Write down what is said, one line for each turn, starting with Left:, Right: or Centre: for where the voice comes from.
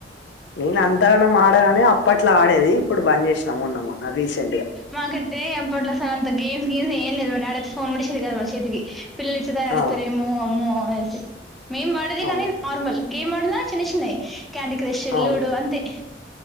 Left: నేను అంతగానం ఆడగానే అప్పట్లో ఆడేది ఇప్పుడు బంద్ చేసినా మొన్న మొన్న రీసెంట్ గా
Centre: మాకైతే అప్పట్ల అస అంత గేమ్స్ గేమ్స్ ఏం లేదు మ డాడీ అయితే ఫోన్ కూడా ఇచ్చేది లేదు మా చేతికి పిల్లలు ఇట్ల తయారుతారేమో
Left: ఆ
Centre: అమ్మో అనే మేము వాడేది
Left: అవును
Centre: గాని నార్మల్ గేమ్ ఆడిన చిన్న చిన్నవి క్యాండీ క్రష్
Left: అవును
Centre: లూడో అంతే